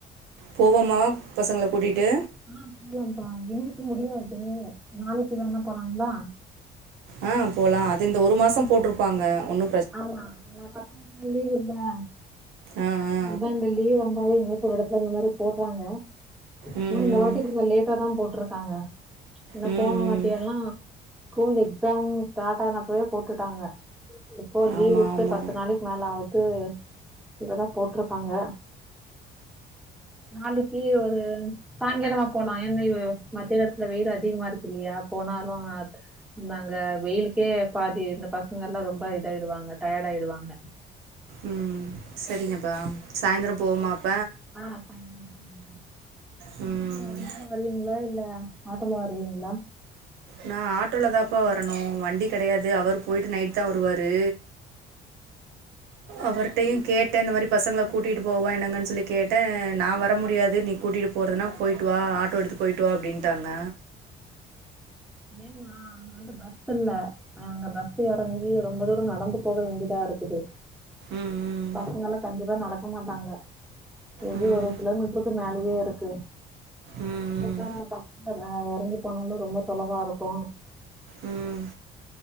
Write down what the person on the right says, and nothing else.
போவோமா பசங்ள கூட்டிட்டு
ஆ போலா அது இந்த ஒரு மாச போட்ருப்பாங்க ஒன்னு
ஆ ஆ
ம்
ம்
ம்
ம்
ஆமா
ஆமா
ம் செரிங்கப்பா சாயந்திர போவமா அப்
ம்
நா ஆட்டோலதாப்பா வரணு வண்டி கெடையாது அவரு போயிட்டு நைட்தா வருவாரு அவர்டயு கேட் டே இந்த மாரி பசங்கள கூட்டிட்டு போவா என்னங்கன்னு சொல்லி கேட்டே நா வர முடியாது நீ கூட்டிட்டு போ போறதுனா போயிட்டு வா ஆட்டோ எடுத்து போயிட்டு வா அப்டின்ட்டாங்க
ம் ம்
ம்
ம் ம்
ம்